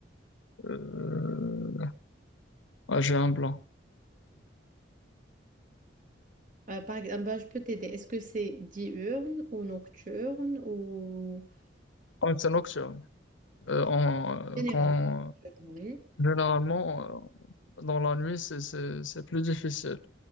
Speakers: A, on the left; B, on the right.
A: euh, ah, j'ai un blanc.
B: Euh, par exemple, bah, je peux t'aider. Est-ce que c'est diurne ou nocturne ou
A: Ah, c'est nocturne. Euh, en-
B: Généralement,
A: euh, quand,
B: oui.
A: généralement, euh, dans la nuit, c'est, c'est, c'est plus difficile.